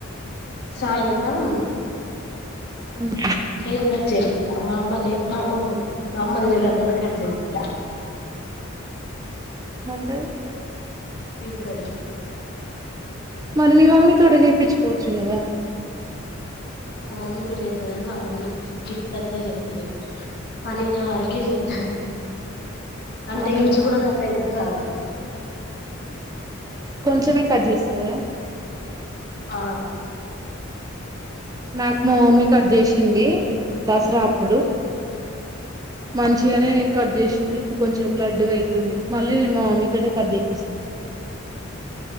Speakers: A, on the left; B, on the right.
A: సాయంత్రం
B: హ్మ్.
A: హెర్ కఖర్జయితి మా అమ్మలే మా అమ్మకు మా అమలుిన అగణ కర్ అయితిత్త
B: అ
A: తిడుతుంది
B: మరి మి మమ్మీ తోడే జేయిపిచ్చుకోవచ్చు కదా
A: మా మమ్మీ కూడా చెతుద అంని మా మమ్మీ గిత్తతే చెతుది పలిగన వరకే చెతుది అంటే
B: అవునా?
A: ఇంచు కూడా కట్టద్దు కాదు
B: కొంచమే కట్ చేసింధీ కదా
A: ఆ
B: నాకు మా మమ్మీ కట్ చేసింది దసరా అప్పుడు మంచిగానే కట్ చేసింది ఇప్పుడు కొంచెం లడ్డుగా అయితుంది మళ్ళీ నేను మా మమ్మీతోటె కట్ చేపిస్తా